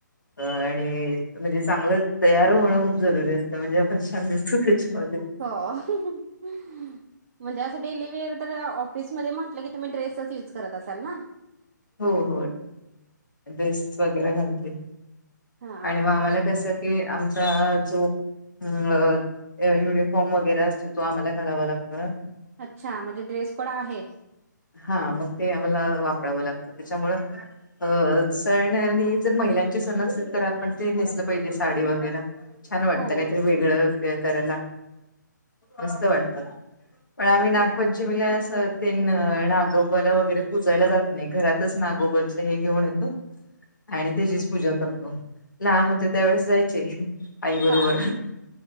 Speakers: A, on the left (about 75°); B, on the right (about 45°).
A: अ आणि म्हणजे चांगलं तयार होणं जरुरी असत म्हणजे आपण छान दिसतो त्याच्या त्याच्यामध्ये
B: हो, म्हणजे अस डेलिवेअर तर ऑफ फिसमध्ये म्हटलं की तुम्ही ड्रेसच युज करत असाल ना?
A: हो हो, ड्रेसेस वगैरे घालते.
B: हा
A: आणि म आम्हाला कसं की आमचा जो हम्म अ युनिफॉर्म वगैरे असतो तो आम्हाला घालावा लागतो ना.
B: अच्छा म्हणजे ड्रेस कोड आहे.
A: हा मग ते आम्हाला वापरावं लागतं त्याच्यामुळ अ सण आणि जर महिलांचे सण असतील तर आपण ते नेसलं पाहिजे साडी वगैरा छान वाटतं
B: हो
A: काहीतरी वेगळं क करायला. मस्त वाटत पण आम्ही नागपंचमीला अस तीन नागोबाला वगैरे पुजायला जात नाही, घरातच नागोबाच हे घेऊन येतो. आणि त्याचीच पूजा करतो लहान होते त्यावेेळेस जायचे आई बरोबर
B: हा